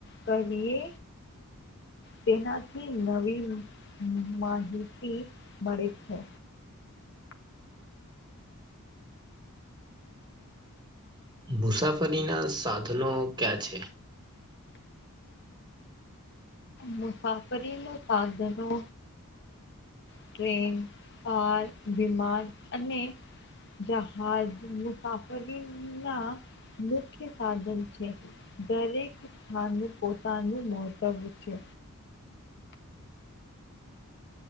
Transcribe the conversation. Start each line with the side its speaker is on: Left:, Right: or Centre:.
Left: કહીએ તેનાથી નવી માહિતી મળે છે.
Right: મુસાફરીના સાધનો ક્યાં છે?
Left: મુસાફરી નુ સાધનો ટ્રેન કાર વિમાન અને જહાજ મુસાફરી ના મુખ્ય સાધન છે. દરેક સ્થાનનું પોતાનું મહત્વ છે.